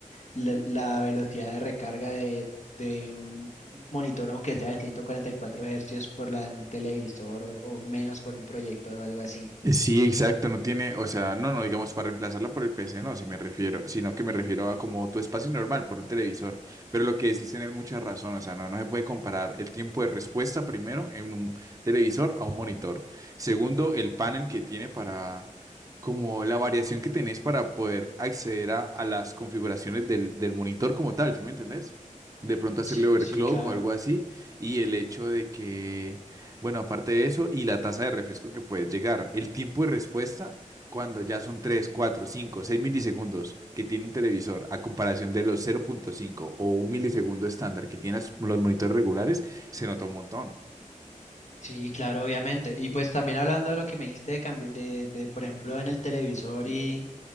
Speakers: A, on the left; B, on the right.
A: la, la velocidad de recarga de, de un monitor, aunque sea de 144 hercios, por la de un televisor o, o menos por un proyector o algo así.
B: Eh, Sí, exacto, no tiene, o sea, no, no digamos para reemplazarla por el PC, no, si me refiero, sino que me refiero a como tu espacio normal por un televisor. Pero lo que decís tenés mucha razón, o sea, no, no se puede comparar el tiempo de respuesta primero en un televisor a un monitor. Segundo, el panel que tiene para, como la variación que tenés para poder acceder a, a las configuraciones del, del monitor como tal, ¿sí me entendés? De pronto hacerle
A: Sí,
B: overclock
A: sí, claro.
B: o algo así, y el hecho de que bueno, aparte de eso, y la tasa de refresco que puedes llegar, el tiempo de respuesta cuando ya son 3, 4, 5, 6 milisegundos que tiene un televisor a comparación de los 0.5 o un milisegundo estándar que tienen los monitores regulares, se nota un montón.
A: Sí, claro, obviamente. Y pues también hablando de lo que me dijiste de, cambi- de, de, por ejemplo, en el televisor y,